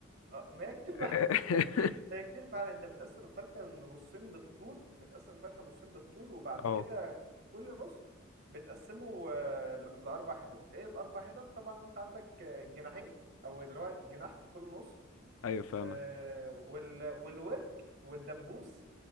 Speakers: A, on the right; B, on the left.
A: آه، ما هي كتير
B: <laughs>
A: بقى <laughs> هي كتير فعلا انت بتقسم الفرخه نصين بالطول بتقسم الفرخه نصين بالطول وبعد
B: اه
A: كده كل نص بتقسمه آه، ل- لاربع حتت ايه الاربع حتت طبعا انت عندك آه، جناحين او اللي هو جناح في كل نص
B: ايوه فاهمك
A: آه، وال والورك والدبوس